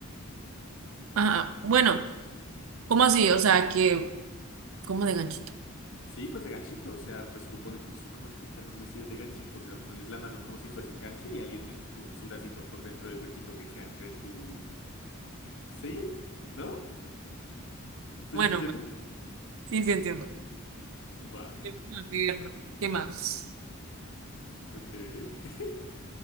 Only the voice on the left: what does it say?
Sí, pues de ganchito, o sea, pues tú pones, no sé cómo explicar cómo es ir de ganchito, o sea, pones la mano como si fuese un gancho y alguien mete tu, su bracito por dentro del huequito que queda entre tu... ¿Sí? ¿No? ¿Sí
se entiende?
Va,
ok. <laughs>